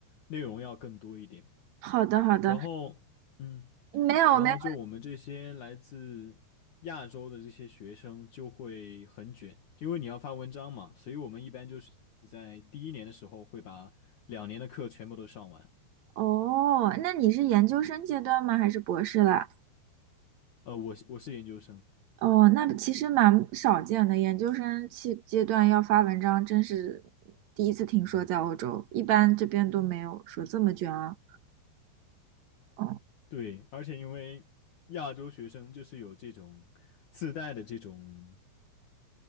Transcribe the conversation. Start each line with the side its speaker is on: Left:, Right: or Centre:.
Left: 内容要更多一点。
Right: 好的好的，
Left: 然后，嗯，
Right: 没有没有，
Left: 然后就我们这些来自亚洲的这些学生就会很卷，因为你要发文章嘛，所以我们一般就是在第一年的时候会把两年的课全部都上完。
Right: 哦，那你是研究生阶段吗？还是博士了？
Left: 呃，我是我是研究生。
Right: 哦，那其实蛮少见的，研究生期阶段要发文章，真是第一次听说在欧洲，一般这边都没有说这么卷啊。哦，
Left: 对，而且因为亚洲学生就是有这种自带的这种，